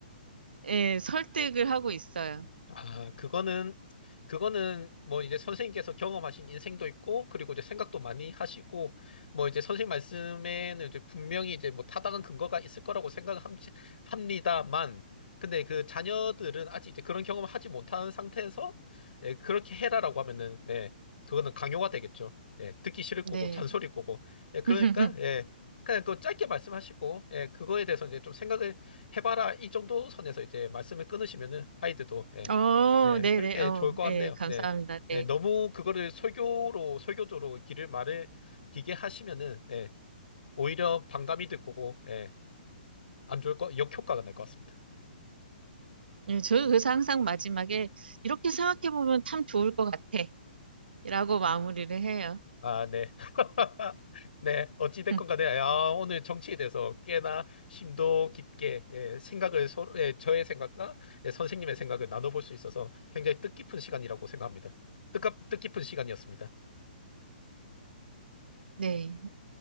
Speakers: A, on the right; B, on the left.
A: 예, 설득을 하고 있어요.
B: 아, 그거는, 그거는 뭐 이제 선생님께서 경험하신 인생도 있고, 그리고 이제 생각도 많이 하시고, 뭐 이제 선생님 말씀에는 이제 분명히 이제 뭐 타당한 근거가 있을 거라고 생각합니다만, 근데 그 자녀들은 아직 이제 그런 경험을 하지 못한 상태에서, 예, 그렇게 해라라고 하면은, 예, 그거는 강요가 되겠죠. 예, 듣기 싫을 거고,
A: 네.
B: 잔소리일 거고. 예, 그러니까,
A: <laughs>
B: 예, 그냥 그 짧게 말씀하시고, 예, 그거에 대해서 이제 좀 생각을 해봐라. 이 정도 선에서 이제 말씀을 끊으시면은 아이들도, 예,
A: 어,
B: 네,
A: 네네.
B: 그렇게
A: 어,
B: 좋을 것 같네요.
A: 예, 감사합니다.
B: 네. 네,
A: 네.
B: 너무 그거를 설교로, 설교조로 길을 말을 기게 하시면은, 예, 오히려 반감이 들 거고, 예, 안 좋을 거, 역효과가 날 것 같습니다.
A: 예, 저는 그래서 항상 마지막에 이렇게 생각해보면 참 좋을 것 같아. 라고 마무리를 해요.
B: 아, 네. <laughs> 네, 어찌됐건
A: <laughs>
B: 간에, 야, 오늘 정치에 대해서 꽤나 심도 깊게, 예, 생각을, 서 예, 저의 생각과 예, 선생님의 생각을 나눠볼 수 있어서 굉장히 뜻깊은 시간이라고 생각합니다. 뜻깊, 뜻깊은 시간이었습니다.
A: 네.